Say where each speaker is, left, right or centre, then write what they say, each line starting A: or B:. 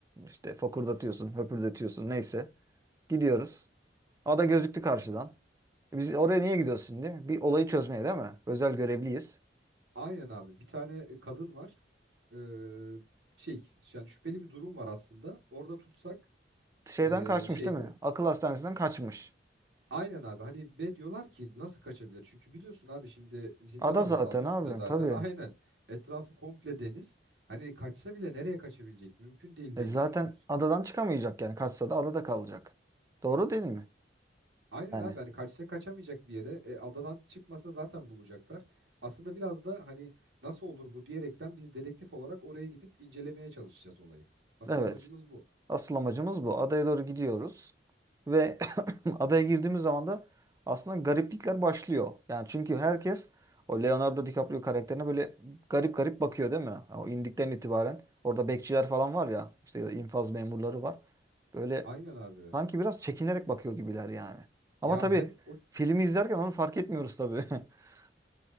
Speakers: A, on the right (about 15°); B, on the right (about 70°).
A: İşte fokurdatıyorsun, höpürdetiyorsun neyse. Gidiyoruz. Ada gözüktü karşıdan. E Biz oraya niye gidiyoruz şimdi? Bir olayı çözmeye değil mi? Özel görevliyiz.
B: Aynen abi. Bir tane kadın var. Ee, şey yani şüpheli bir durum var aslında. Orada tutsak
A: Şeyden
B: e,
A: kaçmış
B: şeyde
A: değil mi? Akıl hastanesinden kaçmış.
B: Aynen abi hani ve diyorlar ki nasıl kaçabilir? Çünkü biliyorsun abi şimdi zindan
A: Ada
B: adası
A: zaten
B: adı üstünde
A: abi
B: zaten
A: tabii.
B: <laughs> aynen etrafı komple deniz. Hani kaçsa bile nereye kaçabilecek? Mümkün değil
A: E
B: diye
A: zaten
B: düşünüyoruz.
A: adadan çıkamayacak yani. Kaçsa da adada kalacak. Doğru değil mi?
B: Aynen
A: Yani
B: abi hani kaçsa kaçamayacak bir yere e, adadan çıkmasa zaten bulacaklar. Aslında biraz da hani nasıl olur bu diyerekten biz dedektif olarak oraya gidip incelemeye çalışacağız olayı. Asıl
A: evet.
B: amacımız bu.
A: Asıl amacımız bu. Adaya doğru gidiyoruz ve <coughs> <clears throat> adaya girdiğimiz zaman da aslında gariplikler başlıyor. Yani çünkü herkes o Leonardo DiCaprio karakterine böyle garip garip bakıyor değil mi? Yani O indikten itibaren orada bekçiler falan var ya işte ya da infaz memurları var. Böyle
B: Aynen abi.
A: sanki biraz çekinerek bakıyor gibiler yani. Ama
B: Ya
A: tabii
B: hem o
A: filmi izlerken onu fark etmiyoruz tabii. <laughs>